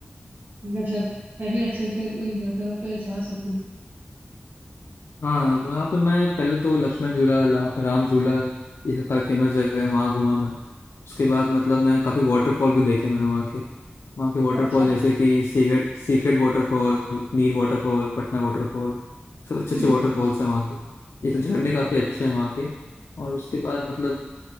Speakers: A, on the right; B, on the left.
A: मतलब मैं भी अच्छे से उन जगह पर जा सकूं
B: हाँ वहाँ पे मैं पहले तो लक्ष्मण झूला ला- राम झूला ये काफी फेमस जगह है वहाँ घूमा मैं उसके बाद मतलब मैं काफी वाटरफॉल भी देखे मैंने वहाँ के वहाँ के वाटरफॉल
A: अच्छा
B: जैसे कि secret secret waterfall Neer waterfall Patna waterfall सब अच्छे
A: हम्म
B: अच्छे वाटरफॉल्स
A: हम्म,
B: हैं वहाँ के ये तो झरने काफी अच्छे हैं वहाँ के और उसके बाद मतलब